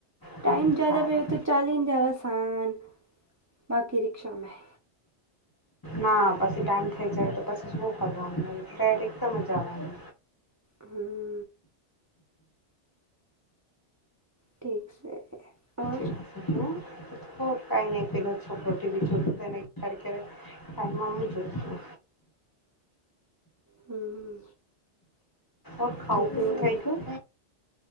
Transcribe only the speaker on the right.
ટાઈમ
જયાદા
<unintelligible> તો ચાલીને જાવા શાંન બાકી રિક્ષામેં
હમ્મ ઠીક સે અવે
હમ્મ
ઠીક
સે.